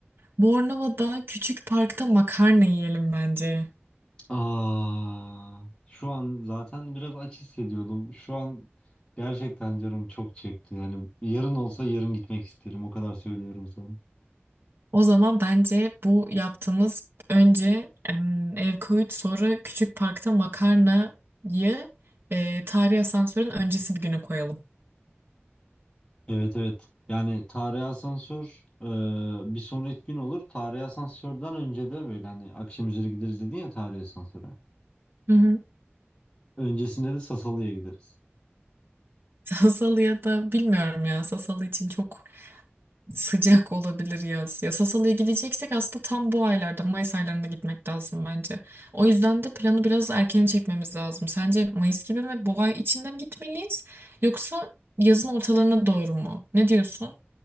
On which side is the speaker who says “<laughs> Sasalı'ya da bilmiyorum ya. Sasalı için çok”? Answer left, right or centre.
Right